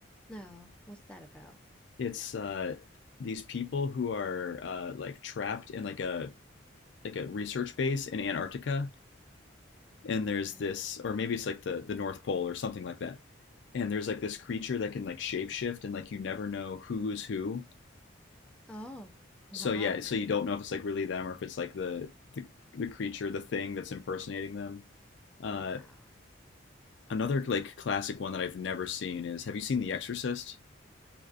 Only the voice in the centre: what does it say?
No, what's that about?
Okay.
Oh, wow.
Wow.